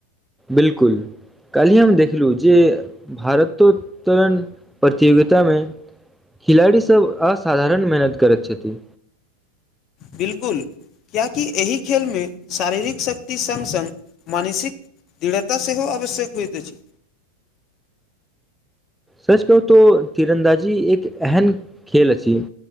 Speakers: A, in the centre; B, on the left.
A: बिल्कुल काल्हि हम देखलहु जे भारतोत्तरण प्रतियोगितामें खिलाड़ीसब असाधारण मेहनत करैत छथिन
B: बिलकुल कियाकि एहि खेलमे शारीरिक शक्ति सङ्ग सङ्ग मानसिक दृढ़ता सेहो आवश्यक होइत छै
A: सच कह तो तीरन्दाजी एक एहम खेल अछि